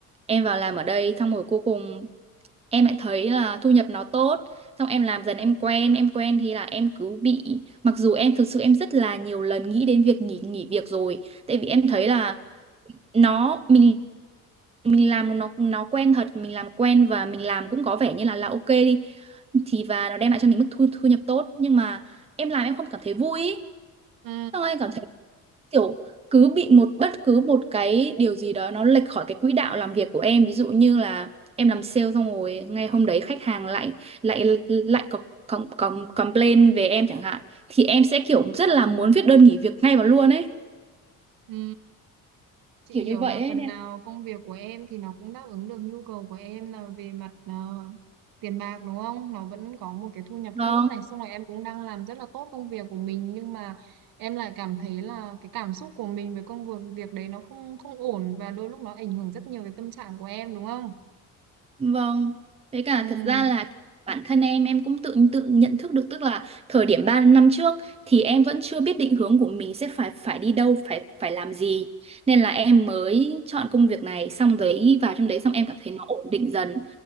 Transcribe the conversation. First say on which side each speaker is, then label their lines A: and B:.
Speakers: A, on the right; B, on the right.
A: em vào làm ở đây xong rồi cuối cùng em lại thấy là thu nhập nó tốt xong em làm dần em quen em quen thì là em cứ bị mặc dù em thực sự em rất là nhiều lần nghĩ đến việc nghỉ nghỉ việc rồi tại vì em thấy
B: ừ
A: là nó mình mình làm nó nó quen thật mình làm quen và mình làm cũng có vẻ như là là ok đi thì và nó đem lại cho mình mức thu, thu nhập tốt nhưng mà em làm em không cảm thấy vui ý.
B: ừ
A: Xong anh cảm thấy kiểu cứ bị một bất cứ một cái điều gì đó nó lệch khỏi cái quỹ đạo làm việc của em ví dụ như là em làm sale xong rồi ngay hôm đấy khách hàng lại lại lại có có có complain về em chẳng hạn thì em sẽ kiểu rất là muốn viết đơn nghỉ việc ngay vào luôn ấy
B: ừ Chị
A: kiểu
B: hiểu
A: như vậy
B: là
A: ấy
B: phần nào công việc của em thì nó cũng đáp ứng được nhu cầu của em là về mặt ờ, tiền bạc đúng không? Nó vẫn có một cái thu nhập
A: nè
B: tốt này, xong rồi em cũng đang làm rất là tốt công việc của mình nhưng mà em lại cảm thấy là cái cảm xúc của mình về công việc việc đấy nó không không ổn và đôi lúc nó ảnh hưởng rất nhiều tới tâm trạng của em đúng không?
A: Vâng, với cả
B: Ừ.
A: thật ra là bản thân em em cũng tự tự nhận thức được tức là thời điểm 3 năm trước thì em vẫn chưa biết định hướng của mình sẽ phải phải đi đâu, phải phải làm gì. Nên là em mới chọn công việc này xong đấy vào trong đấy xong em cảm thấy nó ổn định dần.